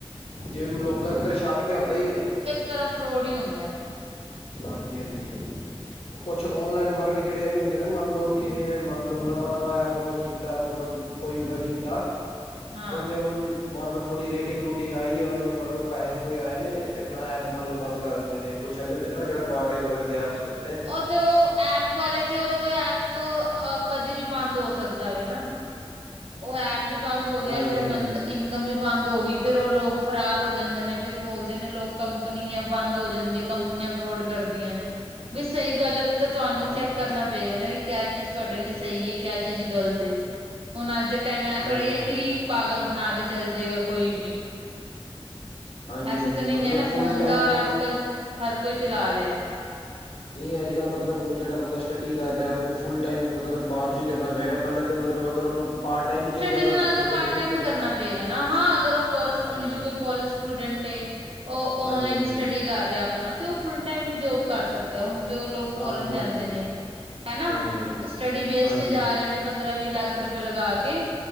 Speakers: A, on the left; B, on the right.
A: ਜਿਮ ਲੋਕਾਂ ਦੇ ਅੰਦਰ ਸ਼ੱਕ ਤੇ ਆਉਂਦਾ ਈ ਏ।
B: ਤਰਫ ਰੋਡ ਹੀ ਹੁੰਦਾ ਹੈ।
A: ਹਾਂਜੀ-ਹਾਂਜੀ, ਕੁਛ
B: ਹਮ
A: ਓਨਲਾਈਨ ਵਰਕ ਜਿਹੜੇ-ਇਹ ਵੀ ਹੁੰਦੇ ਨੇ, ਨਾ ਮੰਨਲੋ, ਕਿਸੇ ਨੇ ਮੰਨਲੋ, ਨਵਾਂ-ਨਵਾਂ ਐਪ ਲੌਂਚ ਕੀਤਾ ਏ, ਮਤਲਬ ਕੋਈ ਵਰਕਿੰਗ ਦਾ,
B: ਹਾਂ
A: ਉਹਨੇ ਉਹਨੂੰ ਮੰਨਲਓ, ਥੋੜੀ ਰੇਟਿੰਗ-ਰੂਟਿੰਗ ਆਈ ਏ, ਓਂਨੇ ਮਤਲਬ ਪੈਹੇ-ਪੂਹੇ ਆਏ ਨੇ, ਤੇ ਆਪਣਾ ਐਪ ਮੰਨਲੋ ਬੰਦ ਕਰ ਦਿੰਦੇ ਨੇ। ਕੁਛ ਐ ਵੀ ਹੁੰਦਾ ਨਾ, ਜਿਹੜਾ ਪਾਰਟ ਟਾਈਮ ਵਰਕ ਦੇ ਐਪਸ ਹੁੰਦੇ ਨੇ।
B: ਉਹ ਤੋ ਉਹ ਐਪ ਵਾਲੇ ਤੇ, ਉਹ ਤੇ ਐਪ ਕਦੇ ਵੀ ਬੰਦ ਹੋ ਸਕਦਾ ਵੇਨਾ ਉਹ ਐਪ ਵੀ ਬੰਦ ਹੋਗਿਆ,
A: ਹਾਂਜੀ
B: ਫਿਰ
A: ਹਾਂਜੀ
B: ਬੰਦ--ਇਨਕਮ ਵੀ ਬੰਦ ਹੋਗੀ, ਫਿਰ ਉਹ ਲੋਕ ਫਰਾਰ ਹੋ ਜਾਂਦੇ ਨੇ, ਫਿਰ ਬੋਲਦੇ ਨੇ ਲੋਕ ਕੰਪਨੀਆਂ ਬੰਦ ਹੋ ਜਾਂਦੀਆਂ। ਕੰਪਨੀਆਂ ਫਰੋਡ ਕਰਦੀਆਂ ਨੇ। ਵੀ ਸਹੀ-ਗਲਤ ਤੇ, ਤੁਹਾਨੂੰ
A: ਹਾਂਜੀ
B: ਚੈੱਕ ਕਰਨਾ ਪਏਗਾ ਨਾ, ਏ ਕਿਆ ਚੀਜ਼ ਤੁਹਾਡੇ ਲਈ ਸਹੀ ਏ, ਕਿਆ ਚੀਜ਼ ਗ਼ਲਤ ਏ। ਹੁਣ ਅੱਜ ਦੇ ਟਾਈਮ ਐਂ
A: ਹਾਂਜੀ
B: ਥੋੜ੍ਹੀ ਹੈ
A: ਹਾਂਜੀ
B: ਕਿ, ਪਾਗਲ ਬਣਾਕੇ ਚੱਲਜੇਗਾ ਕੋਈ ਵੀ।
A: ਹਾਂਜੀ
B: ਐਸੇ
A: ਹਾਂਜੀ
B: ਤੇ ਨਹੀਂ
A: ਮਤਲਬ
B: ਏ ਨਾ,
A: ਫੁੱਲ
B: ਫੋਨ
A: ਟਾਈਮ
B: ਤਾਂ ਅੱਜ-ਕੱਲ ਹਰ ਕੋਈ ਚਲਾ ਰਿਹਾ।
A: ਹ <inaudible> ਨਹੀਂ ਅੱਜ-ਕੱਲ ਮਤਲਬ ਹੁਣ ਜਿਹੜਾ ਬੰਦਾ ਸਟੱਡੀ ਕਰ ਰਿਹਾ, ਉਹਨੂੰ ਫੁਲ ਟਾਈਮ ਮਤਲਬ ਬਾਅਦ'ਚ ਹੀ ਕਰਨਾ ਪਏਗਾ। ਪਹਿਲੇ ਤੇ, ਮਤਲਬ ਅਗਰ ਉਹਨੂੰ ਪਾਰਟ ਟਾਈਮ 'ਚ
B: ਸਟੱਡੀ
A: ਜ਼ਿਆਦਾ
B: ਨਾਲ
A: ਮਤਲਬ
B: ਤੇ ਪਾਰਟ ਟਾਈਮ
A: ਇੰਕ
B: ਹੀ ਕਰਨਾ ਪਏਗਾ ਨਾ, ਹਾਂ ਅਗਰ ਉਹ ਕੋਰਸ,
A: ਹਾਂਜੀ
B: ਜਿਵੇਂ
A: ਹਾਂਜੀ
B: ਕੋਈ ਕੋਲੇਜ ਸਟੂਡੈਂਟ ਏ‌। ਉਹ, ਓਨਲਾਈਨ
A: ਹਾਂਜੀ ਹਾਂਜੀ
B: ਸਟੱਡੀ ਕਰ ਰਿਹਾ ਆਪਨਾ, ਤੇ ਓਹ ਫੁਲ ਟਾਇਮ ਵੀ ਜੋਬ ਕਰ ਸਕਦਾ। ਜੋ ਲੋਕ ਫੋਰਨ
A: ਹਾਂਜੀ
B: ਜਾਂਦੇ
A: ਹਾਂਜੀ
B: ਨੇ, ਹਨਾ।
A: ਹਾਂਜੀ ਹਾਂਜੀ
B: ਸਟੱਡੀ ਬੇਸ
A: ਹਾਂਜੀ
B: ਤੇ ਜਾ ਰਹੇ ਨੇ ਪੰਦਰਾਂ-ਵੀਹ ਲੱਖ ੱਖ ਰੁਪਏ ਲਗਾਕੇ,